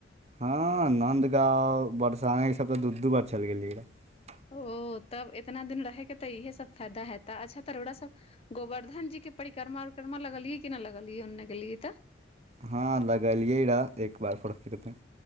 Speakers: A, on the right; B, on the left.
A: हँ नन्दगाव बरसाना ईसभ तऽ दू दू बेर चलि गेलियै रह
B: ओ तब इतना दिन रहयके तऽ इएहे सभ फायदा हेत अच्छा त र‌उड़ा सभ गोवर्धन जीके परिक्रमा उिक्रमा लगलियै कि नहि लगलियै ओन्ने गेलियै तऽ
A: हँ लगलियै रह‌ए एक बार फेड़ा